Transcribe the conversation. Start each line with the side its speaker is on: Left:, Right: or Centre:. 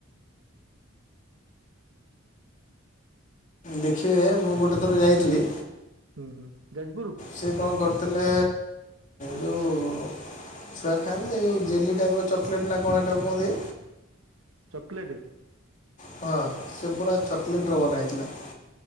Left: ଦେଖିବେ ମୁଁ ଗୋଟେ ଥର ଯାଇଥିଲି।
Right: ହୁଁ ହୁଁ ଯାଜପୁରୁ।
Left: ସିଏ କଁ କରିଥିଲେ ଯୋଉ ଛୁଆ ଖାଆନ୍ତି ନେଇଁ ହେଇ ଯୋଉ ଜେଲି ଟାଇପ୍ର ଚକଲେଟ୍ ନା କଣ ହେଟାକୁ କୁଅନ୍ତି?
Right: ଚକଲେଟେ?
Left: ହଁ ସେ ପୁରା ଚକଲେଟ୍
Right: ହଁ
Left: ରେ ବନା ହେଇଥିଲା।